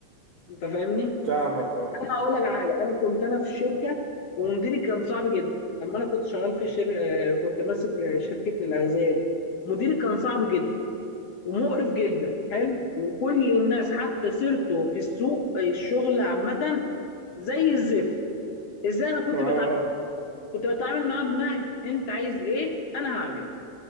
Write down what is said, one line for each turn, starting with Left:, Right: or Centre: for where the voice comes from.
Left: انت فاهمني
Right: فاهمك آه
Left: انا هقول لك على حاجه انا كنت انا في الشركه ومديري كان صعب جدا لما انا كنت شغال في شر... آه، كنت ماسك آه، شركه الاغذيه دي مديري كان صعب جدا ومقرف جدا حلو وكل الناس حتى سيرته في السوق آه، الشغل عامه زي الزفت ازاي انا كنت
Right: آه آه.
Left: بتعامل كنت بتعامل معاه بنهج انت عايز ايه انا هعمله